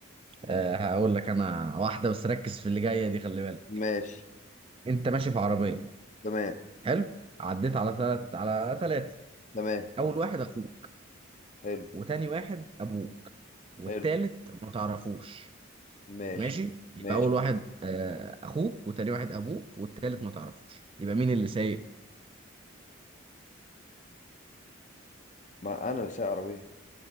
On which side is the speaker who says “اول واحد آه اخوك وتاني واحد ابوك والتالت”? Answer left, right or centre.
Right